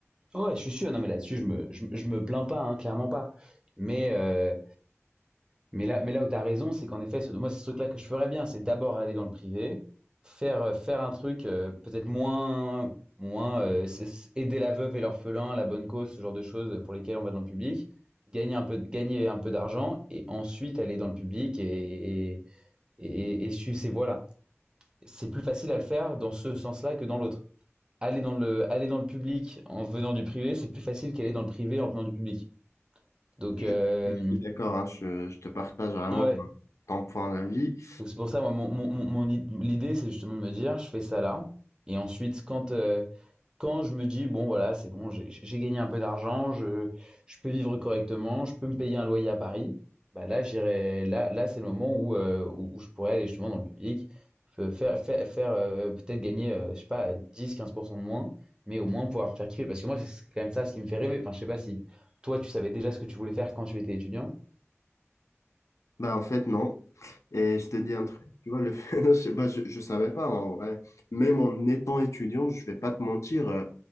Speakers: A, on the right; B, on the left.
A: Ouais, je suis sûr. Non, mais là-dessus, je me, je, je me plains pas, hein, clairement pas. Mais, euh, mais là, mais là où t'as raison, c'est qu'en effet, ce- moi, c'est ce truc-là que je ferais bien, c'est d'abord aller dans le privé, faire, euh, faire un truc euh, peut-être moins, moins euh, c'est- c'est aider la veuve et l'orphelin, la bonne cause, ce genre de choses pour lesquelles on va dans le public, gagner un peu, de- gagner un peu d'argent et ensuite aller dans le public et, et, et, et suivre ces voies-là. C'est plus facile à le faire dans ce sens-là que dans l'autre aller dans le, aller dans le public en venant du privé, c'est plus facile qu'aller dans le privé en venant du public. Donc,
B: Je,
A: euh,
B: je suis d'accord, hein, je, je te partage vraiment
A: ouais,
B: ton point d'avis.
A: Donc c'est pour ça, moi, mon, mon, mon- mon i- l'idée, c'est justement de me dire, je fais ça là. Et ensuite, quand, euh, quand je me dis, bon, voilà, c'est bon, j'ai j'ai gagné un peu d'argent, je, je peux vivre correctement, je peux me payer un loyer à Paris, bah là, j'irai, là, là, c'est le moment où, euh, où, où je pourrais aller justement dans le public, fe- faire, faire, faire euh, peut-être gagner, euh, je sais pas, 10-15% de moins, mais au moins pouvoir me faire kiffer. Parce que moi, c'est c'est quand même ça ce qui me fait rêver. Enfin, je sais pas si toi, tu savais déjà ce que tu voulais faire quand tu étais étudiant.
B: Bah, en fait, non. Et je te dis un truc, tu vois, le fait, <laughs> je, sais pas, je, je savais pas en vrai. Même en étant étudiant, je vais pas te mentir. euh,